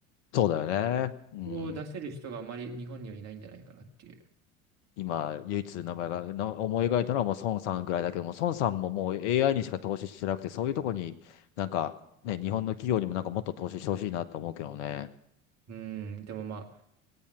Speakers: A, on the left; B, on the right.
A: そうだよね。うん。
B: を出せる人があまり日本にはいないんじゃないかなっていう。
A: 今、唯一名前がな思い描いたのはもう孫さんぐらいだけども、孫さんももう AI にしか投資してなくて、そういうとこになんかね、日本の企業にもなんかもっと投資してほしいなと思うけどね。
B: うん、でもまあ